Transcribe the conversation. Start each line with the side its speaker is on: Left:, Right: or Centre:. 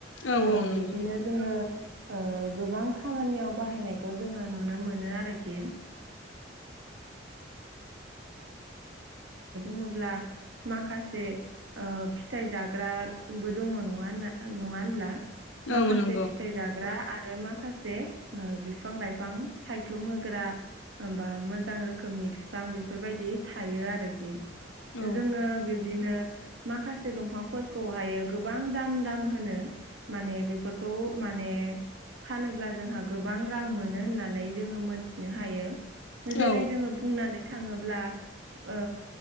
Left: औ
Right: ओ‌
Left: औ नंगौ
Right: बिब्दिनो
Left: नोंथां
Right: जोङो ओ गोबां खामानियाव बाहायनायखौ जोङो नुनो मोनो आरोखि। <unintelligible> माखासे ओ फिथाइ जाग्राबो दङ नङा होनना नङा होनब्ला माखासे
Left: औ नंगौ
Right: फिथाइ जाग्रा आरो माखासे जे ओ बिफां - लाइफां सायख्लुम होग्रा। होमबा मोजां रोखोमनि बिफां बेफोरबायदि थायो आरोखि।
Left: औ
Right: जोङो बिब्दिनो माखासे दंफांफोरखौहायो गोबां दाम - दाम होनो माने बेफोरखौ माने फानोब्ला जोंहा गोबां रां मोनो होननानै जोङो मोनथिनो हायो
Left: औ
Right: जेरै जोङो बुंनानै थाङोब्ला ओ